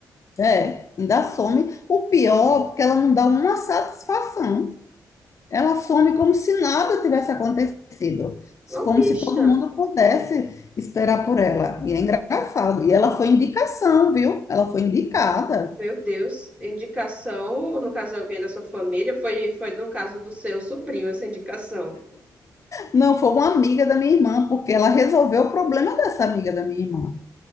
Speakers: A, on the left; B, on the right.
A: É, ainda some. O pior, porque ela não dá uma satisfação. Ela some como se nada tivesse acontecido,
B: golpista.
A: como se todo mundo pudesse esperar por ela. E é engraçado. E ela foi indicação, viu? Ela foi indicada.
B: Meu Deus, indicação, no caso alguém da sua família, foi, foi no caso do seu sobrinho essa indicação.
A: Não, foi uma amiga da minha irmã, porque ela resolveu o problema dessa amiga da minha irmã.